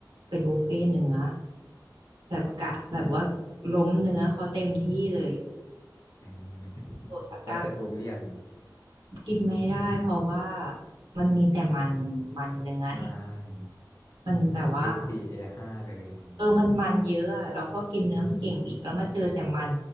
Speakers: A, on the right; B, on the left.
A: เป็นบุฟเฟ่ต์เนื้อแบบกะแบบว่าล้มเนื้อเขาเต็มที่เลย
B: อืม <laughs>
A: โอซาก้า
B: แล้วเสร็จปุ๊บเลี่ยน
A: กินไม่ได้เพราะว่ามันมีแต่มันมันเนื้อที่
B: นาน
A: มันแบบว่า
B: A4 A5 เอห้าเลยอย่างนี้
A: เออมันมันเยอะอะเราก็กินเนื้อไม่เก่งอีกแล้วมาเจอแต่มัน